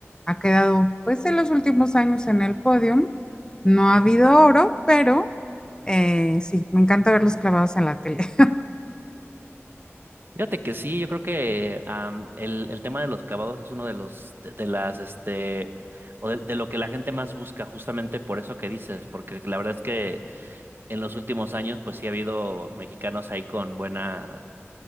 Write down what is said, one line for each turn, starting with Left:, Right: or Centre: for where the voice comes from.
Left: ha quedado pues en los últimos años en el podium, no ha habido oro, pero eh, sí, me encanta ver los clavados en la tele. <laughs>
Right: Fíjate que sí, yo creo que am, el, el tema de los clavados es uno de los, de, de las, este, o de, de lo que la gente más busca, justamente por eso que dices, porque la verdad es que en los últimos años, pues sí ha habido mexicanos ahí con buena,